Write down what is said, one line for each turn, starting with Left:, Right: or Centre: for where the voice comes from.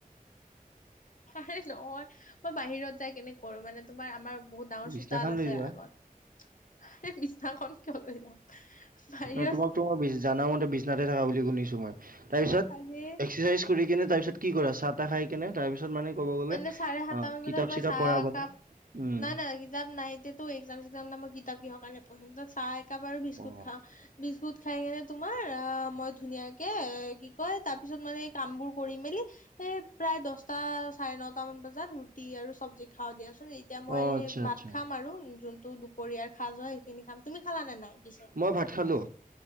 Left: আৰে নহয় মই বাহিৰত যাই কেনেক কৰো মানে- তোমাৰ আমাৰ বহুত ডাঙৰ
Right: বিচনাখন
Left: চোতাল
Right: লৈ
Left: আছে
Right: যোৱা।
Left: আগত, সেই বিছনাখন কিয় লৈ যাম। বাহিৰত
Right: ন তোমাক তো মই জানা মতে বিছনাতে থাকা বুলি শুনিছো মই। তাৰপিছত,
Left: আৰে
Right: এক্সাৰচাইজ কৰি কেনে তাৰপিছত কি কৰা চাহ তাহ খাই কেনে তাৰ পিছত মানে- ক'ব গ'লে
Left: মানে চাৰে সাতটা
Right: অ
Left: মান
Right: কিতাপ
Left: বজাত
Right: চিতাপ
Left: মই চাহ
Right: পঢ়া
Left: একাপ-
Right: মানে উম
Left: নাই নাই কিতাপ নাইতিয়া তো এক্সাম চসাম নাই মই কিতাপ কিহৰ কাৰণে পঢ়িম ত চাহ একাপ আৰু বিস্কুট
Right: অ
Left: খাও। বিস্কুট খাই। সেইকাৰে তোমাৰ আহ মই ধুনীয়াকে কি কয় তাৰ পিছত মানে কাম বোৰ কৰি মেলি। এ প্ৰায় দহটা চাৰে নটামান বজাত ৰুটি আৰু চব্জি খাওঁ দিয়াচোন এতিয়া মই
Right: অ
Left: সেই
Right: আচ্ছা
Left: ভাত
Right: আচ্ছা
Left: খাম আৰু যোনটো পৰিয়াৰ খাজ হয়, যোৱা সেইখিনি খাম তুমি খালানে নাই?
Right: মই ভাত খালো।